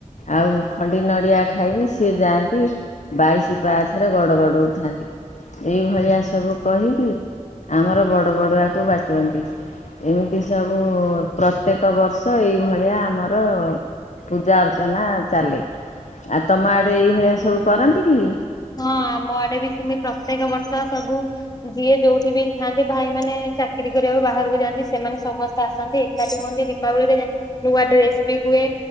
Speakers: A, on the left; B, on the left.
A: ଆଉ ଖଣ୍ଡି ନଡ଼ିଆ ଖାଇକି ସେଏ ଯାଆନ୍ତି ବାଇଶି ପାଚ୍ ରେ ଗଡ଼ ଗଡ଼ଉଥାନ୍ତି ଏଇଭଳିଆ ସବୁ କହିକି ଆମର ବଡ ବଡୁଆକୁ ବାଟୁନ୍ତି ଏମିତି ସବୁ ପ୍ରତ୍ୟେକ ବର୍ଷ ଏଇଭଳିଆ ଆମର ପୂଜା ଅଚ ଅରଚନା ଚାଲେ ଆଉ ତମ ଆଡ଼େ ଏଇଭଳିଆ ସବୁ କରନ୍ତି କି?
B: ହଁ ଆମ ଆଡେ ବି ସେମତି ପ୍ରତ୍ୟେକ ବର୍ଷ ସବୁ ଯିଏ ଯୋଉଠି ବି ଥାନ୍ତି ଭାଇ ମାନ ଚାକିରୀ କରିବାକୁ ବାହାରକୁ ଯାଆନ୍ତି ସେମାନେ ସମସ୍ତେ ଆସନ୍ତି ଏକାଠି ହୁଅନ୍ତି ଦୀପାବଳିରେ ନୂଆ ଡ୍ରେସ ବି ହୁଏ